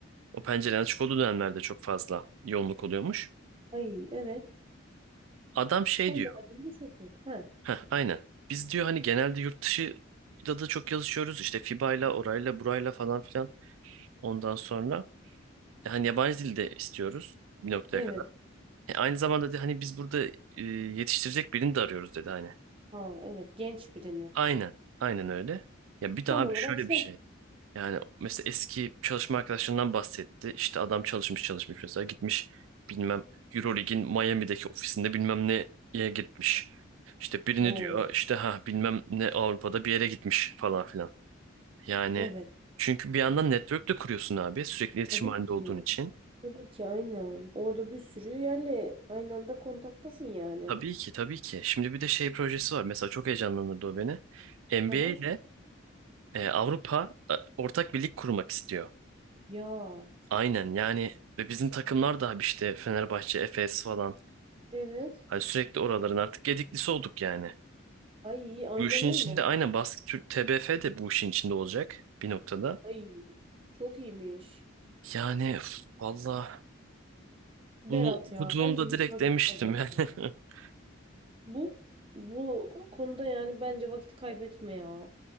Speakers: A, on the right; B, on the right.
A: o pencerenin açık olduğu dönemlerde çok fazla yoğunluk oluyormuş.
B: Ay evet.
A: Adam şey
B: Onun
A: diyor.
B: haricinde çok yok. Ha.
A: Heh, aynen. Biz diyor hani genelde yurt dışı da da çok yazışıyoruz. İşte FIBA'yla, orayla, burayla falan filan. Ondan sonra E, Hani yabancı dil de istiyoruz bir noktaya
B: Evet.
A: kadar. E, aynı zamanda da hani biz burada e, yetiştirecek birini de arıyoruz dedi hani.
B: Ha, evet genç birini.
A: Aynen, aynen öyle. Ya bir daha
B: Tam
A: abi
B: olarak
A: şöyle
B: sen.
A: bir şey. Yani mesela eski çalışma arkadaşlarından bahsetti. İşte adam çalışmış çalışmış mesela gitmiş bilmem Euroleague'in Miami'deki ofisinde bilmem neye gitmiş. İşte birini
B: Oo,
A: diyor işte ha bilmem ne Avrupa'da bir yere gitmiş falan filan. Yani
B: evet.
A: çünkü bir yandan network de kuruyorsun abi sürekli iletişim
B: Tabii
A: halinde
B: ki.
A: olduğun için.
B: Tabii ki aynen. Orada bir sürü yerle aynı anda kontaktasın yani.
A: Tabii ki tabii ki. Şimdi bir de şey projesi var. Mesela çok heyecanlandırdı o beni. NBA
B: Aha.
A: ile e, Avrupa e, ortak bir lig kurmak istiyor.
B: Ya.
A: Aynen yani ve bizim takımlar da abi işte Fenerbahçe, Efes falan.
B: Evet.
A: Hani sürekli oraların artık gediklisi olduk yani.
B: Ay aynen
A: Bu işin
B: öyle.
A: içinde aynen Basket Türk TBF de bu işin içinde olacak bir noktada.
B: Ay çok iyiymiş.
A: Yani üf, valla
B: Berat
A: bunu okuduğumda
B: ya bence hiç
A: direkt
B: vakit
A: demiştim
B: kaybetme.
A: yani. <laughs>
B: Bu bu konuda yani bence vakit kaybetme ya.